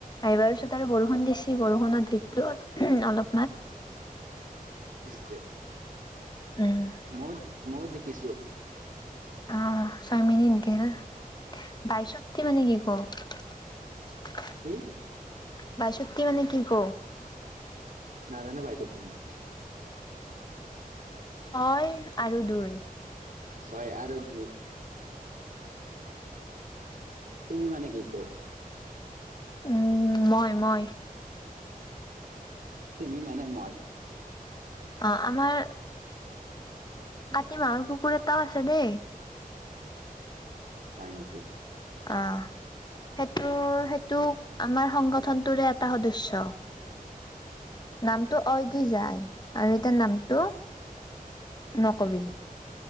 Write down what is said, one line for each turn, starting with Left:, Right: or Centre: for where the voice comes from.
Left: আহিবাৰ তাৰে বৰষুণ দিছি বৰষুণত দিকলো অলপমান
Right: যে
Left: উম
Right: মই-মই জি কিছু
Left: অ' ছয় মিনিট গেল। বাইশত <unintelligible>
Right: কি।
Left: বাাসতি মানে কি ক।
Right: <unintelligible>
Left: ছয় আৰু দুই।
Right: ছয় আৰু দুই। <unintelligible> তুমি মানে কি কয়
Left: উম মই মই
Right: তুমি মানে মই।
Left: অ', আমাৰ কাতি মাহৰ কুকুৰ এটাও আছে দেই।
Right: হয় নেকি?
Left: অ', সেইটো সেইটো আমাৰ সংগঠনতোৰে এটা সদশ্য। নামটো অ' দি যায় আৰু এতিয়া নামটো নকবি।